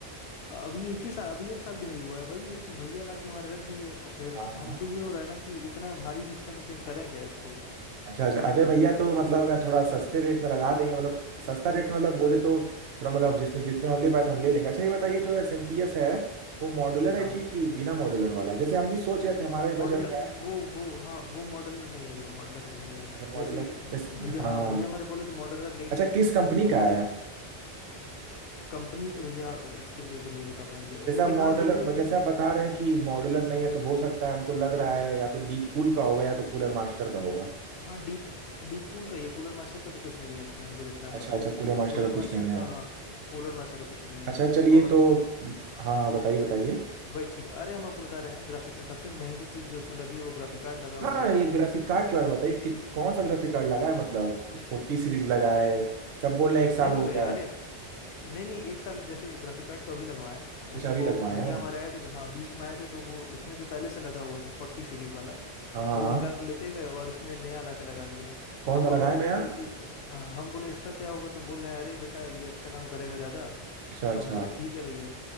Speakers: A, on the left; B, on the right.
A: अभी एक ही साल अभी एक साल भी नहीं हुआ है वही है कि भैया लाके हमारे रख दिए और फिर
B: हाँ हाँ
A: हमको ये हो रहा है ना कि इतना भारी सिस्टम है कि हम करें क्या इसको
B: अच्छा अच्छा
A: समझ
B: अरे
A: रहे
B: भैया
A: हैं
B: तो मतलब अगर थोड़ा सस्ते रेट में लगा देंगे मतलब सस्ता रेट मतलब बोले तो थोड़ा मतलब जिसने जितने हम ले पाए तो हम ले लेंगे अच्छा ये बताइए जो एस एम पी एस है वो मॉड्यूलर है
A: हाँ
B: कि बिना मॉड्यूलर वाला है जैसे हम भी सोच रहे थे हमारा भी
A: मॉडल
B: बजट है
A: वो वो हाँ वो मॉडलर नहीं है भैया मॉडलर तो नहीं है
B: अच्छा मॉड्यूलर
A: जैसे ये, भैया
B: हाँ
A: हाँ
B: हाँ
A: भैया हमारे बोले थे मॉडलर लेंगे
B: अच्छा किस कंपनी
A: लेकिन
B: का है
A: फिर कंपनी तो भैया उसके लिए तो नहीं बता पाएंगे
B: जैसे
A: लेकिन
B: आप मॉडलर
A: हाँ यही है
B: जैसे
A: कि
B: आप बता रहे हैं कि मॉडलर नहीं है तो हो सकता है हमको लग रहा है या तो डीप कूल का होगा या तो कूलर मास्टर का होगा
A: हाँ डीप डीप कूल का ही है कूलर मास्टर का तो कुछ नहीं है इसमें हमको जितना
B: अच्छा
A: पता
B: अच्छा
A: है
B: कूलर मास्टर
A: कूलर
B: का कुछ
A: मास्टर
B: नहीं है
A: का हाँ कूलर मास्टर का कुछ नहीं है
B: अच्छा
A: इसमें
B: चलिए
A: और
B: तो हाँ हाँ बताइए बताइए
A: वही चीज अरे हम आपको बता रहे हैं ग्राफिक सबसे महंगी चीज जो उसमें लगी है वो ग्राफिक कार्ड लगा हुआ
B: हाँ
A: है इसमें
B: ये ग्राफिक कार्ड के बारे में बताइए कि कौन सा ग्राफिक कार्ड लगा है मतलब फोर्टी सीरीज लगा है सब बोल रहे हैं एक साल
A: नहीं नहीं
B: हो
A: भैया
B: गया है
A: अरे नहीं नहीं एक साल जैसे ग्राफिक कार्ड तो अभी लगवाए
B: अच्छा
A: इसको
B: अभी लगवाया
A: भैया
B: है
A: हमारे आए थे हाँ बीच में आए थे तो वो इसमें जो पहले से लगा हुआ था फोर्टी सीरीज वाला
B: हाँ हाँ
A: वो
B: हाँ
A: निकाल के लेते गए और इसमें नया ला के लगा दिया है
B: कौन
A: हम
B: सा
A: बोले
B: लगा
A: भैया
B: है नया
A: इ- इ- अ, हम बोले इसका क्या होगा तो बोल रहे हैं अरे बेटा ये अच्छा काम करेगा ज़्यादा
B: अच्छा अच्छा
A: तो हम बोले ठीक है भैया